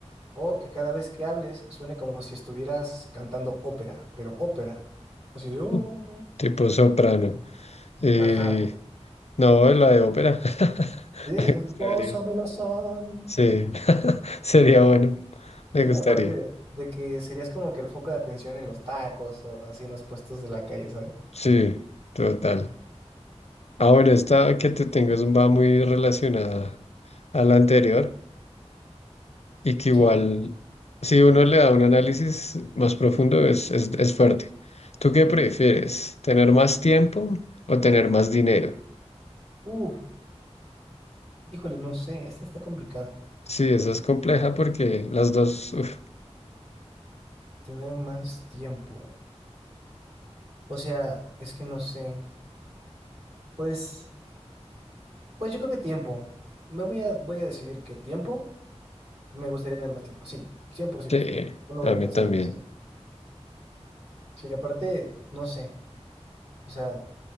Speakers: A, on the right; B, on the left.
A: O que cada vez que hables suene como si estuvieras cantando ópera, pero ópera. Así de, "Uh",
B: <laughs> Tipo soprano. Y
A: ajá.
B: no, la de ópera. <laughs>
A: Sí,
B: Me
A: el
B: gustaría.
A: pozo me lo son.
B: Sí, <laughs> sería bueno. Me
A: Sí,
B: gustaría.
A: aparte de, de que serías como que el foco de atención en los tacos o así en los puestos de la calle, ¿sabes?
B: Sí, total. Ah, bueno, esta que te tengo es, va muy relacionada a la anterior y que igual,
A: Sí, a ver, sí.
B: si uno le da un análisis más profundo, es, es, es fuerte. ¿Tú qué prefieres? ¿Tener más tiempo o tener más dinero?
A: Uf, híjole, no sé, esta está complicada.
B: Sí, esa es compleja porque las dos, uf,
A: Tener más tiempo. O sea, es que no sé. Pues, pues yo creo que tiempo. Me voy a, voy a decidir que tiempo, me gustaría tener más tiempo. Sí, cien por ciento
B: sí,
A: No lo
B: a
A: voy a
B: mí
A: pensar
B: también.
A: demasiado. Sí, aparte, no sé, o sea,